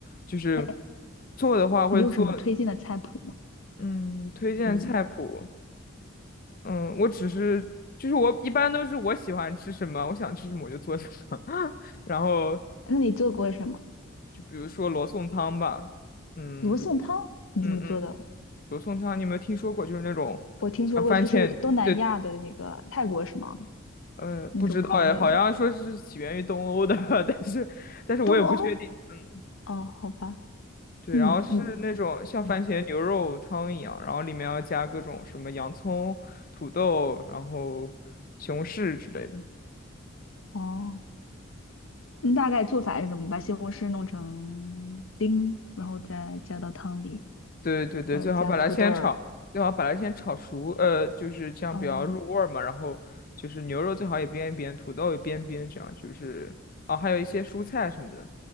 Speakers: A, on the left; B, on the left.
A: 就是
B: 哎，
A: 做的话会做，
B: 你有什么推荐的菜谱吗？
A: 嗯，推荐菜谱，
B: 嗯，
A: 嗯，我只是就是我一般都是我喜欢吃什么，我想吃什么我就做什么，<laughs> 然后
B: 那你做过什么？
A: 就比如说罗宋汤吧，嗯
B: 罗宋汤你怎么做的？
A: 嗯嗯。罗宋汤，你有没有听说过？就是那种像番茄，
B: 我听说过，就是东南亚的那个泰国是吗？
A: 对，呃，
B: 那种口味的
A: 不知道哎，好像说是起源于东欧的，<laughs> 但是但是我也不确定。
B: 东欧？
A: 嗯，
B: 哦，好吧，
A: 对，
B: 那你你
A: 然后是那种像番茄牛肉汤一样，
B: 嗯，
A: 然后里面要加各种什么洋葱、土豆，然后西红柿之类的。
B: 哦，你大概做法是什么？把西红柿弄成丁，然后再加到汤里，
A: 对对对，
B: 然后加土豆儿。
A: 最好把它先炒，最好把它先炒熟，呃，就是这样比较入味儿嘛。
B: 哦，
A: 然后就是牛肉最好也煸一煸，土豆也煸一煸，这样就是哦，还有一些蔬菜什么的。